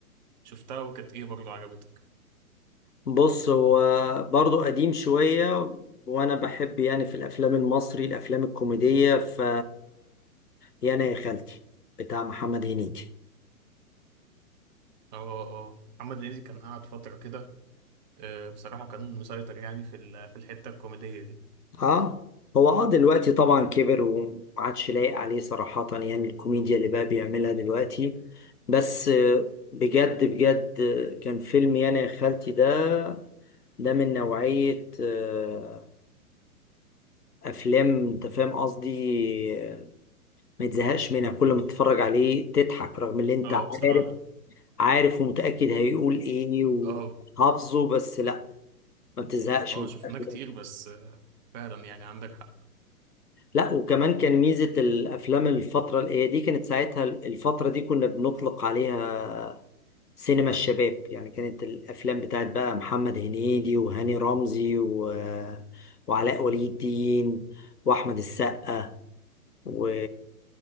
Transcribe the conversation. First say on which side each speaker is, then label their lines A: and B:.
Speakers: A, on the right; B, on the left.
A: شفتها وكانت ايه برضه عجبتك
B: بص هو برضو قديم شوية وانا بحب يعني في الافلام المصري الافلام الكوميدية ف يا انا يا خالتي بتاع محمد هنيدي
A: اه اه محمد هنيدي كان قاعد فتره كده آه، بصراحه كان مسيطر يعني في ال- في الحته الكوميديه دي
B: اه هو اه دلوقتي طبعا كبر وما عادش لايق عليه صراحة يعني الكوميديا اللي بقى بيعملها دلوقتي بس آه، بجد بجد آه، كان فيلم يا انا يا خالتي ده ده من نوعية آه، أفلام أنت فاهم قصدي آه، ما تزهقش منها كل ما تتفرج عليه تضحك رغم اللي انت
A: اه
B: عارف
A: بصراحه
B: عارف ومتأكد هيقول ايه وحافظه
A: اه
B: بس لا ما بتزهقش
A: اه
B: من
A: شفناه
B: الأفلام.
A: كتير بس آه، فعلا يعني عندك حق
B: لا وكمان كان ميزة الافلام الفترة اللي هي دي كانت ساعتها الفترة دي كنا بنطلق عليها سينما الشباب يعني كانت الافلام بتاعت بقى محمد هنيدي وهاني رمزي و... وعلاء ولي الدين واحمد السقا و...